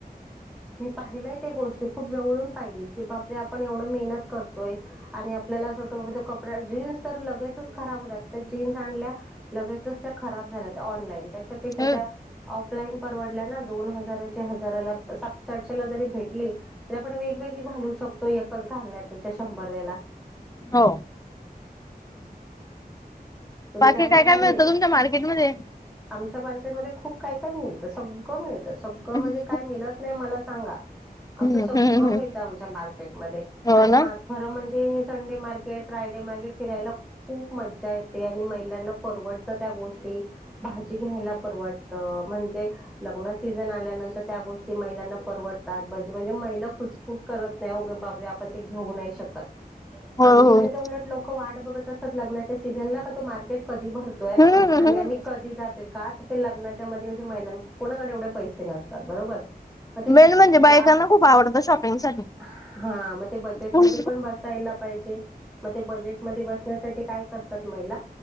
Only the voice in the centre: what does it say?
मी पाहिलंय त्या गोष्टी खूप जवळून पाहिली की बापरे आपण एवढं मेहनत करतोय. आणि आपल्याला असं वाटतं बाबा तो कपडा जीन्स तर लगेचच खराब होतात तर जीन्स आणल्या. लगेचच त्या खराब झाल्या ऑनलाईन. त्यापेक्षा
त्या आफलाईन परवडलं ना, दोन हजार हजाराला सातशे, आठशे ला जरी भेटले. वेगवेगळी घालू शकतो एकच घालण्यापेक्षा शंभर वेला
तुमच्या
आयडिया
भारी
आहे
आमच्या मार्केटमध्ये खूप काय, काय मिळतं सगळं मिळतं सग. <inaudible>
म्हणजे काही मिळत नाही मला सांगा.
असं सगळं
मिळतं आमच्या मार्केटमध्ये
आणि
खरं म्हणजे हे संडे मार्केट, फ्रायडे मार्केट फिरायला खूप मज्जा आहे. ते आणि महिलांना परवडतं त्या गोष्टी भाजी घ्यायला परवडतं म्हणजे लग्न सीझन आल्यानंतर त्या गोष्टी महिलांना परवडतातजे म्हणजे महिला खुच कुठ करत नाही वगे बापरे आपण ते घेऊ नाही शकत.
आमच्या
इकडे तर उलट लोक वाट बघत असत लग्नाच्या सीझनला का तो मार्केट कधी भरतो.
<inaudible> आणि
आम्ही कधी जातोय. का तर ते लग्नाच्या मध्ये क महिलां, कोणाकडे एवढे पैसे नसतात बरोबर. मग
ते
<inaudible>
हा मग ते बजेटमध्येध्ये
पण बस. यला पाहिजे मग ते बजेट म बसण्यासाठी काय करतात महिला